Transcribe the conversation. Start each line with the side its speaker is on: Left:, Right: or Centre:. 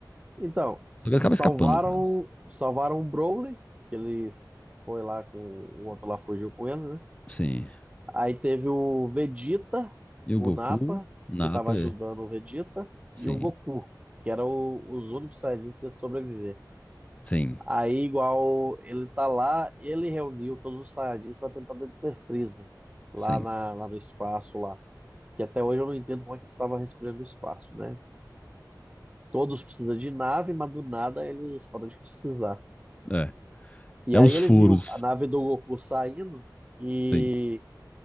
Right: Então, salvaram,
Left: que ele acaba escapando, no caso.
Right: salvaram o Broly, que ele foi lá com o outro lá fugiu com ele, né?
Left: Sim.
Right: Aí teve o Vegeta,
Left: E o
Right: o
Left: Goku,
Right: Nappa,
Left: Nappa,
Right: que estava ajudando
Left: é.
Right: o Vegeta,
Left: Sim.
Right: e o Goku, que eram o- os únicos Saiyajins que iam sobreviver.
Left: Sim,
Right: Aí, igual ele tá lá, ele reuniu todos os Saiyajins para tentar deter Freeza lá,
Left: sim.
Right: na, lá no espaço lá. Que até hoje eu não entendo como é que ele estava respirando no espaço, né? Todos precisam de nave, mas do nada eles param de precisar.
Left: É,
Right: E
Left: é
Right: aí
Left: os
Right: ele
Left: furos.
Right: viu a nave do Goku saindo e
Left: Sim.